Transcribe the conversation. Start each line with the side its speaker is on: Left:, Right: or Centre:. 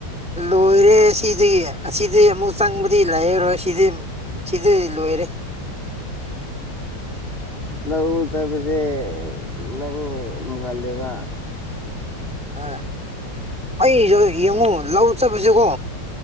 Centre: ꯂꯣꯏꯔꯦ ꯁꯤꯗꯒꯤ ꯑꯁꯤꯗꯒꯤ ꯑꯃꯨꯛ ꯆꯪꯕꯗꯤ ꯂꯩꯔꯔꯣꯏ ꯁꯤꯗꯤ ꯁꯤꯗꯤ ꯂꯣꯏꯔꯦ
Left: ꯂꯧ ꯎ ꯆꯥꯕꯁꯦ ꯅꯪ ꯃꯨꯍꯜꯂꯦꯕ
Centre: ꯑ ꯑꯩꯁꯨ ꯌꯦꯡꯉꯨ ꯂꯧ ꯆꯠꯄꯁꯦꯀꯣ꯫